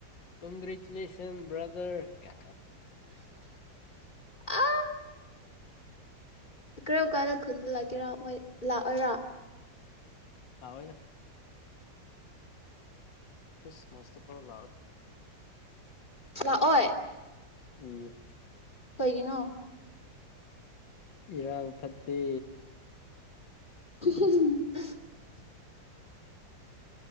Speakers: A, on the left; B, on the left.
A: ꯀꯣꯡꯒ꯭ꯔꯦꯆꯨꯂꯦꯁꯟ ꯕ꯭ꯔꯥꯗꯔ ꯑ
B: ꯑ ꯀꯔꯝ ꯀꯥꯟꯗ ꯈꯨꯜꯗ ꯂꯥꯛꯀꯦꯔꯥ ꯃꯣꯏ ꯂꯥꯛꯑꯣꯏꯔꯥ
A: ꯑꯣꯏꯗ ꯀꯤꯁꯃꯁꯇ ꯐꯥꯎ ꯂꯑꯣ
B: ꯆ ꯑꯣ
A: ꯎꯝ
B: ꯀꯩꯒꯤꯅꯣ
A: ꯏꯔꯥ ꯐꯠꯇꯤ
B: <unintelligible>